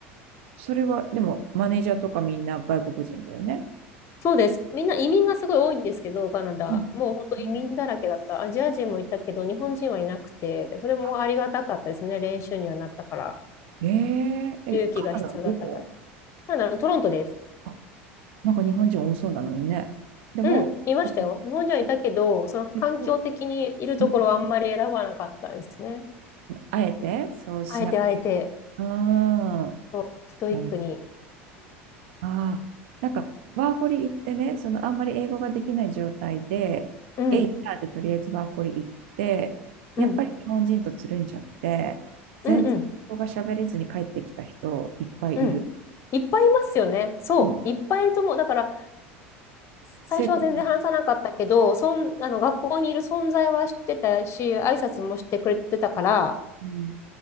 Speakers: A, on the right; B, on the left.
A: それは、でも、マネージャーとかみんな外国人だよね。
B: そうです。みんな移民がすごい多いんですけど、カナダ。
A: うん。
B: もう本当移民だらけだった。
A: うん
B: アジア人もいたけど、日本人はいなくて、それもありがたかったですね。
A: あ、
B: 練習にはなったから。
A: えええ、
B: 勇気が必要だったから。
A: カナダのどこ
B: カナダのトロントです。
A: あ、なんか日本人多そうなのにね。でも、
B: うん、いましたよ。
A: そこ、
B: 日本人はいたけど、
A: ちょ
B: その環境的にいるところはあんまり選ばなかったですね。
A: 結構、んあえてそうしなく、
B: あえてあえて、
A: うーん。あ
B: そう、ストイックに。
A: の、あー、なんか、ワーホリ行ってね、そのあんまり英語ができない状態で、
B: うん、
A: エイターでとりあえずワーホリ行って、
B: うん、
A: やっぱり日本人とつるんじゃって、全然英語が喋れずに帰ってきた人いっぱいいる。
B: うん、うん、うん。いっぱいいますよね。そう、
A: うん、
B: いっぱいいると思う。だから、最初は全然話さなかったけど、
A: 成功。
B: そん、あの、学校にいる存在は知ってたし、挨拶もしてくれてたから、
A: うん、